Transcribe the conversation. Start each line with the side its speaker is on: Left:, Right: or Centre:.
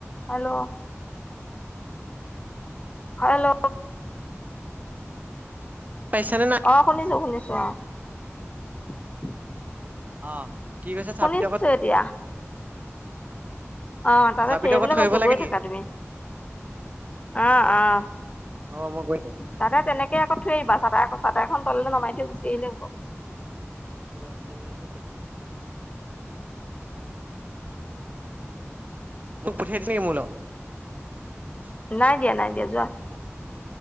Left: Hello. Hello
Right: পাইছানে নাই?
Left: অ শুনিছো শুনিছো <unintelligible>
Right: অ কি কৈছে
Left: শুনিছো
Right: চাবিটো আগত
Left: এতিয়া। অ তাতে
Right: চাবিটো
Left: থৈ আহিবলৈ
Right: আগত
Left: কৈছো
Right: আহিব লাগে
Left: গৈ থাকা
Right: কি?
Left: তুমি, অ আহ
Right: অ', মই গৈ থাকো।
Left: তাতে তেনেকে আকৌ থৈ আহিবা চাটাৰখন চাটৰখন তলা নামৰা কৈ গুচি আহিলে হ'ব।
Right: ৰ চেণ্ডেলযোৰ পিন্ধো চেণ্ডেলযোৰ পিন্ধো। তোক পঠিয়াই দিছে নেকি মোৰ লগত?
Left: নাই দিয়া, নাই দিয়া যোৱা তুমি।